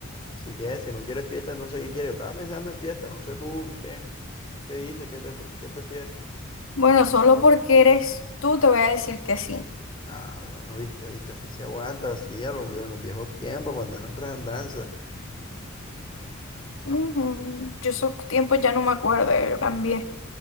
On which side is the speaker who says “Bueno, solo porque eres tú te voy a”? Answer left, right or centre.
Left